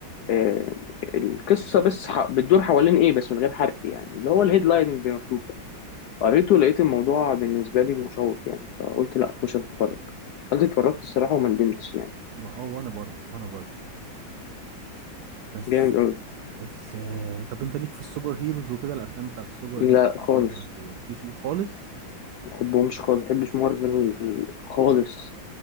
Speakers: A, on the left; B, on the right.
A: آه القصه بس ح- بتدور حوالين ايه بس من غير حرق يعني اللي هو الهيدلاين اللي بيبقى مكتوب ده قريته لقيت الموضوع بالنسبه لي مشوق يعني فقلت لا اخش اتفرج دخلت اتفرجت الصراحه وما ندمتش يعني
B: ما اه وانا برضه وانا برضه بس
A: جامد قوي
B: بس آه... طب انت ليك في السوبر هيروز وكده الافلام بتاعت السوبر
A: لا
B: هيروز
A: خالص
B: افنجرز ودي سي خالص
A: ما بحبهمش خالص ما بحبش مارفل خالص